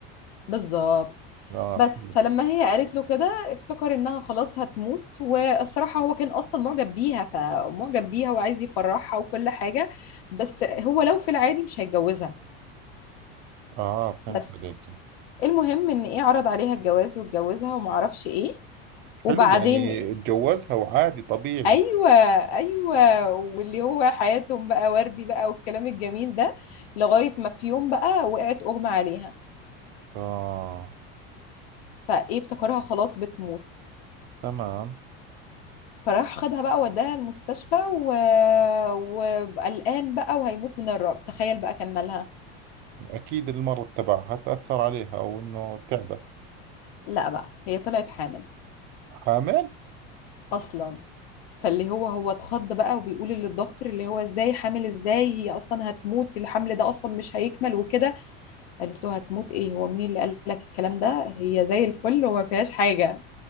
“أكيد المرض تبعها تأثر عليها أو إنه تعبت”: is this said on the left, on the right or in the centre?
Right